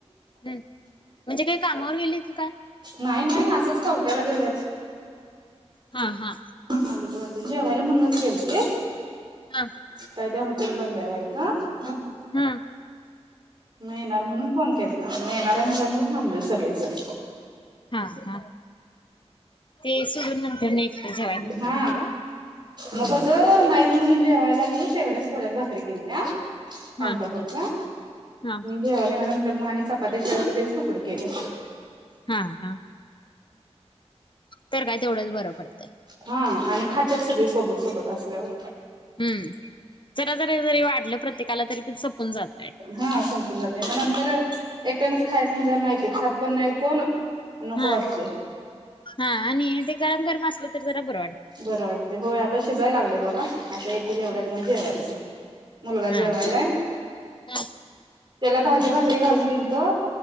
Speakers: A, on the left (about 45°); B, on the right (about 45°).
A: हम्म म्हणजे काय कामावर गेले होती की काय?
B: नाही नाही असंच खवट्याला गेल्यात.
A: हा हा.
B: आली त वाते जेवा्हाला म्हनज गेलती
A: हा
B: काय ते हॉटेल बंद आहे वाढत. का?
A: हा.
B: मी येणार म्हणून फोन केलता मी येणारऱ्या म्हंतर मग थांबल सगळे जण
A: हा हा ते सडून नंतर नाही. एकटं जेवायला नको
B: हा
A: वाटतंय ओ. हम्म.
B: मग कस नाही. म्हणून जेवायला मी तेवढ्याच थोड्याच भाकरी केलत्या
A: हा
B: आमटपूरच्या
A: हा
B: जेवाला म्हट मग आणि चपात्या शेव तकडं केलं.
A: हा हा. तर काय तेवढंच बरोब पडतं.
B: हा आणि खातत सगळी सोबत सोबत असल्यावर
A: हम्म जरा जरा जरी वाढलं प्रत्येकाला तरी पण सपून जातय.
B: हा समजून जाते मग नंतर एकटच खायचं म्हणल्या माहिती खात पण नाहीकोण नको
A: हा
B: वाटते.
A: हा आणि ते गरम गरम असले. जरा बर.
B: बरं वाटते होय आता शिजावयला लागले बघा आता येतील एवढ्यात
A: हम्म.
B: मजा व्हायचं. मुलगा जेवायला
A: हा चालतंय. हा
B: त्याला भाजी भाकरी घालून दिेल तो